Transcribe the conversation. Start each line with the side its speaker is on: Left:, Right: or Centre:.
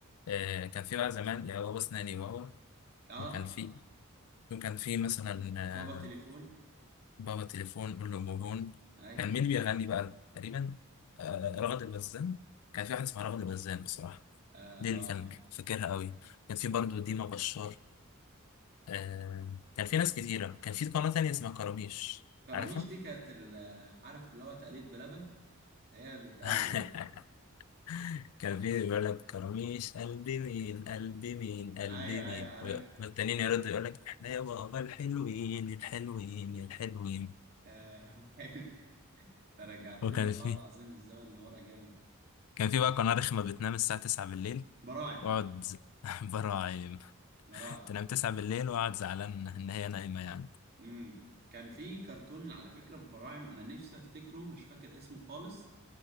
Left: آه كان في بقى زمان يا بابا اسناني بابا
Right: اه
Left: وكان في وكان في مثلا آه،
Right: بابا تليفون
Left: بابا تليفون قول له مهون
Right: ايوه
Left: كان مين اللي بيغني بقى تقريبا آه رغد البزان كان في واحد اسمها رغد البزان بصراحه
Right: اه
Left: دي
Right: اه
Left: اللي كان فاكرها قوي كان في برضو ديما بشار آه كان في ناس كتيرة كان في قناة تانية اسمها كراميش
Right: كراميش
Left: عارفها؟
Right: دي كانت ال- عارف اللي هو تقليد بلبن هي بتقلد
Left: <laughs>
Right: يعني
Left: كان في بيقول لك كراميش قلبي مين قلبي مين قلبي
Right: ايوه
Left: مين
Right: ايوه عارف
Left: وي- والتانيين يردوا يقول لك احنا يا بابا الحلوين الحلوين الحلوين
Right: آه، <laughs> يا عم حلمي انت رجعتني
Left: وكان
Right: والله
Left: في
Right: العظيم الزمن اللي ورا جامد
Left: كان في بقى قناة رخمة بتنام الساعة 9 بالليل
Right: براعم
Left: واقعد <laughs> برا عايم
Right: براعم
Left: تنام 9 بالليل واقعد زعلان ان هي نايمة يعني
Right: امم كان في كرتون على فكرة في براعم انا نفسي افتكره مش فاكر اسمه خالص